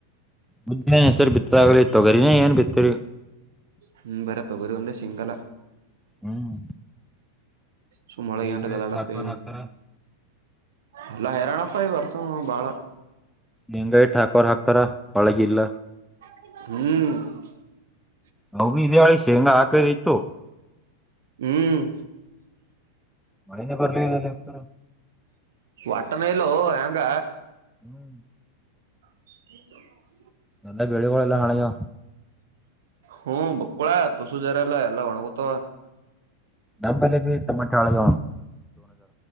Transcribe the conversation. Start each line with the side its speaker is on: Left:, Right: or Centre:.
Centre: ಮುದ್ದ ನ್ ಹೆಸರು ಬಿತ್ತಾಗಲಿ ತಗರಿನ ಏನ್ ಬಿತ್ತರಿ
Right: ಹ್ಮ ಬರ ತಗೋದು ಒಂದ್ರೆ ಸಿಂಗಲ
Centre: ಹ್ಮ್
Right: ಸುಮ್ಮೊಳಗೆ
Centre: ಶೇಂಗಾ
Right: ಂ ಗದಾಡತ್ತೆ
Centre: ಇಟ್ಟು ಹಾಕೋರ್ ಹಾಕ್ತಾರ
Right: ಅಲ್ಲ ಹೇರಾಣಪ್ಪ ಈ ವರ್ಷ ಬಾಳ
Centre: ಹೆಂಗೈ ಠಾಕೋರ್ ಹಾಕ್ತಾರ ಒಳಗಿಲ್ಲ
Right: ಹ್ಮ್
Centre: ನ ಬಿ ಇದೇಾಳಿ ಶೇಂಗಾ ಹಾಕ ಇತ್ತು
Right: ಹ್ಮ್
Centre: ಮಳಿಂದ ಕೊರಲಲ್ಲ ಇರ
Right: ಒಟ್ಟಣಲ್ಲೋ ಹೆಂಗ
Centre: ಹ್ಮ್
Right: ಹ
Centre: ಎಲ್ಲ ಬೆಳಗಳ ಎಲ್ಲ ಹಣೆಯೋ
Right: ಹ್ಮ್ ಬಕ್ಕೊಳ ತುಸು ಜಾರಲ್ಲ ಎಲ್ಲಾ ಒಣಗತ
Centre: ನಮ್ಮ್ಲೆ ಬಿ ಟಮಾಟೆ ಹಳಗ